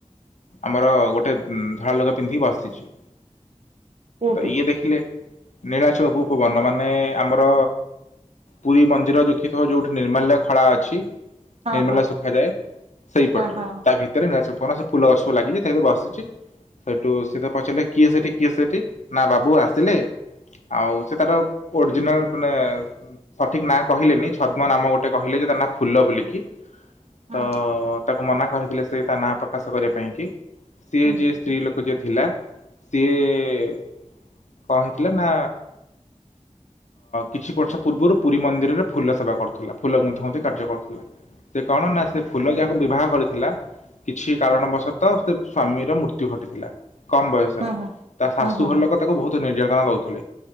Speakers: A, on the left (about 85°); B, on the right (about 60°).
A: ଆମର ଗୋଟେ ଧଳା ଲୁଗା ପିନ୍ଧିକି ବସି ସ୍ଥିଛି
B: କୋଉଠି
A: ତ ଇଏ ଦେଖିଲେ ନୀଳାଚଳକୁ ଉପବର୍ଣ୍ଣ ମାନେ ଆମର ପୁରୀ ମନ୍ଦିର ଦେଖିଥିବ ଯୋଉଠି ନିର୍ମାଲ୍ୟ ଖଳା ଅଛି
B: ହଁ
A: ନିର୍ମାଲ୍ଯ
B: ହଁ
A: ସୁଖାୟେ ସେଇ ପଟରେ
B: ହଁ
A: ତା ଭିତରେ ନି ପଣସ ଫୁଲ ଗଛକୁ ଲାଗିଛି ସେ ବସିଛି ସେଇଠୁ ସେ ପଚାରିଲା କିଏ ସେଠି? କିଏ ସେଠି ନା ବାବୁ ଆସିଲେ ଆଉ ସେ ତାର ଓରିଜିନାଲ ମାନେ ଠିକ ନାଁ କହିଲେନି ଛଦ୍ମ ନାମ ଗୋଟେ କହିଲେ ଯେ ତା ନାଁ ଫୁଲ ବୋଲି କି
B: ହଁ
A: ତ ତାକୁ ମନା କରିଥିଲେ ସେ ତା ନାଁ ପ୍ରକାଶ କରିବା ପାଇଁ କି? ସିଏ
B: ହଁ
A: ଯିଏ ସ୍ତ୍ରୀ ଲୋକ <unintelligible> ଥିଲା ସିଏ କଣ ହେଇଥିଲା ନା କିଛି ବର୍ଷ ପୂର୍ବରୁ ପୁରୀ ମନ୍ଦିରରେ ଫୁଲ ସେବା କରୁଥିଲା ଫୁଲ ଗୁନ୍ଥୂଗୁନ୍ଥି କାର୍ଯ୍ୟ କରୁଥିଲା। ସେ କଣ ନା ସେ ଫୁଲ ଯାହାକୁ ବିବାହ କରି ଥିଲା କିଛି କାରଣବଶତଃ ସେ ସ୍ଵାମୀର ମୃତ୍ୟୁ ଘଟିଥିଲା। କମ ବୟସରେ
B: ହୁଁ ହଁ ହଁ
A: ତା ଶାଶୁ
B: ହଁ ହଁ
A: ଘର ଲୋକ ତାକୁ ବହୁତ ନିର୍ଯାତନା ଦଉଥିଲେ।